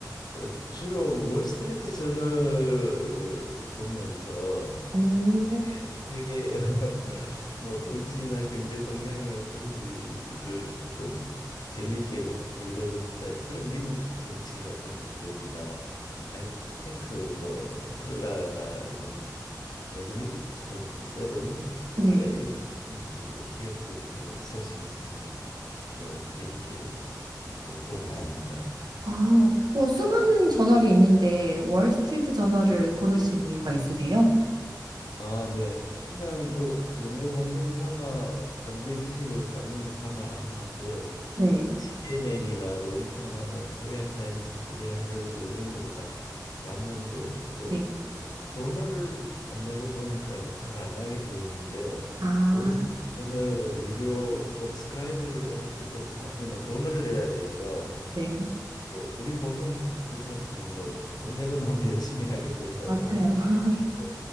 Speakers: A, on the left; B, on the right.
A: 어, 주로 월스트리트 저널을 보면서
B: 오,
A: 세계 세계 <laughs> 뭐 정치나 경제 동향이 어떤지를 좀 재미있게 읽는 스타일. 주로 미국 정치 같은 것들이나 하이테크 뭐 테슬라나 이런 매그니피센트 세븐
B: 네.
A: 예, 이런 그 기업들이 뭐 소식이 있으면 예, 재미있게 예, 보고 있습니다.
B: 아, 어, 수많은 저널이 있는데 월스트리트 저널을 고르신 이유가 있으세요?
A: 아, 네. 그냥 뭐 영어 공부 삼아 경제 지식을 쌓는 거 삼아 하는데
B: 네.
A: CNN이나 로이터나 뭐 코리아 타임스, 코리아 헤럴드 이런 거를 봐, 봤는데 뭐
B: 네.
A: 돈을 안 내고 보니까는 잘 안 하게 되는데
B: 아,
A: 월스트리트저널은 유료 서브스크라이브를 할 때 하면은 돈을 내야 돼서
B: 네.
A: 그 우리 보통 그렇지 않습니까? 뭐 돈 내고 나면 <laughs> 열심히 하게 된다고.
B: 맞아요. <laughs>
A: 네.